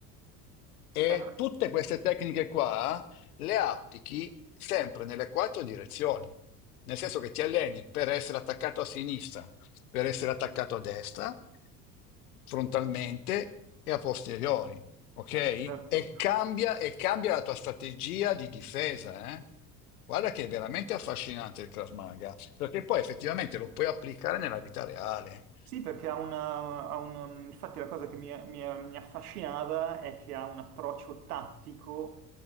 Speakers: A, on the left; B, on the right.
A: E
B: Eh,
A: tutte queste tecniche qua le applichi sempre nelle quattro direzioni, nel senso che ti alleni per essere attaccato a sinistra, per essere attaccato a destra, frontalmente e a posteriori, ok? E
B: certo.
A: cambia, e cambia la tua strategia di difesa, eh? Guarda che è veramente affascinante il Krav Maga, perché poi effettivamente lo puoi applicare nella vita reale.
B: Sì, perché ha un, ha un- infatti la cosa che mi, mi- mi affascinava è che ha un approccio tattico